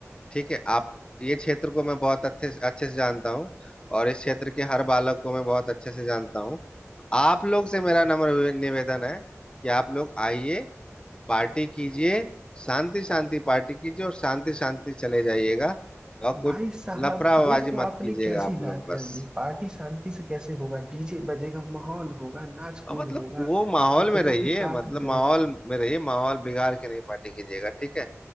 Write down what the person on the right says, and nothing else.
भाई साहब
ये तो
आपने
कैसी
बात
कर दी पार्टी शांति से कैसे होगा डीजे बजेगा माहौल होगा नाच कूद
होगा
शिक्षकों
के साथ
गए